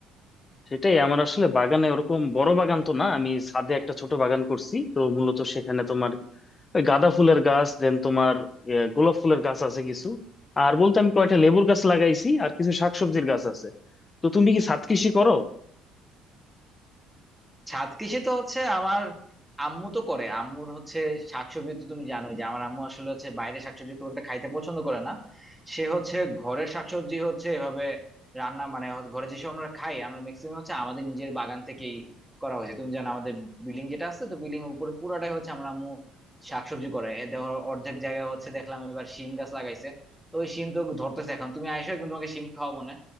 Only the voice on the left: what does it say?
সেটাই আমার আসলে বাগানে ওরকম বড় বাগান তো না আমি ছাদে একটা ছোট বাগান করছি তো মূলত সেখানে তোমার ওই গাঁদা ফুলের গাছ দেন তোমার আহ, গোলাপ ফুলের গাছ আছে কিছু আর বলতে আমি কয়টা লেবুর গাছ লাগাইছি আর কিছু শাকসবজির গাছ আছে তো তুমি কি ছাদ কৃষি করো